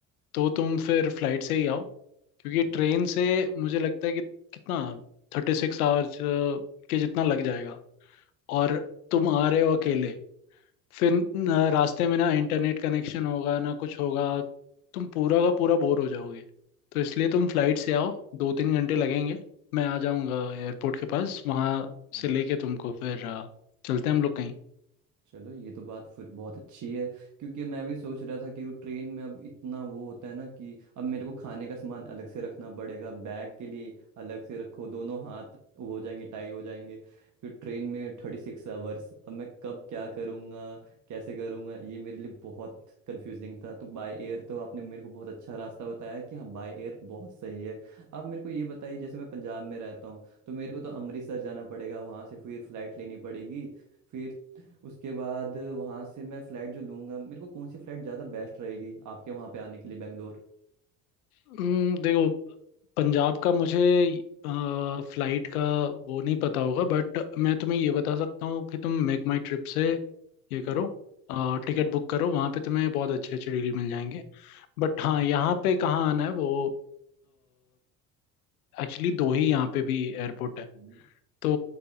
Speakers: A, on the left; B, on the right.
A: तो तुम फिर फ्लाइट से ही आओ क्योंकि
B: हम्म,
A: ट्रेन से मुझे लगता है कि कितना थर्टी सिक्स आवर्स के जितना लग जाएगा और तुम आ रहे हो अकेले फिर न- रास्ते में ना इंटरनेट कनेक्शन होगा ना कुछ होगा तुम पूरा का पूरा बोर हो जाओगे तो इसलिए तुम फ्लाइट से आओ दो तीन घंटे लगेंगे
B: हम्म,
A: मैं आ जाऊंगा एयरपोर्ट के पास वहां
B: हम्म।
A: से लेके तुमको फिर अ, चलते हैं हम लोग कहीं
B: चलो ये तो बात फिर बहुत अच्छी है क्योंकि मैं भी सोच रहा था कि वो ट्रेन में अब इतना वो होता है ना कि अब मेरे को खाने का सामान अलग से रखना पड़ेगा बैग के लिए अलग से रखो दोनों हाथ वो हो जाएंगे टाई हो जाएंगे फिर ट्रेन में थर्टी सिक्स आवर्स अब मैं कब क्या करूँगा कैसे करूँगा ये मेरे लिए बहुत कंफ्यूजिंग था तो बाय एयर तो आपने मेरे को बहुत अच्छा रास्ता बताया कि हाँ बाय एयर बहुत सही है अब मेरे को ये बताइए जैसे मैं पंजाब में रहता हूँ तो मेरे को तो अमृतसर जाना पड़ेगा वहाँ से फिर फ्लाइट लेनी पड़ेगी फिर उसके बाद वहाँ से मैं फ्लैट जो लूँगा मेरे को कौन सी फ्लैट ज़्यादा बेस्ट रहेगी आपके वहाँ पे आने के लिए बेंगलोर
A: हम्म, देखो पंजाब का मुझे फ्लाइट का वो नहीं पता होगा बट मैं तुम्हें ये बता सकता हूँ कि तुम मेक माई ट्रिप से ये
B: हम्म
A: करो टिकट बुक करो वहाँ पे तुम्हें बहुत अच्छे
B: हम्म,
A: अच्छे डील मिल जाएंगे बट हाँ
B: हम्म,
A: यहाँ पे कहाँ आना है वो एक्चुअली दो ही यहाँ पे भी एयरपोर्ट है
B: हम्म,
A: तो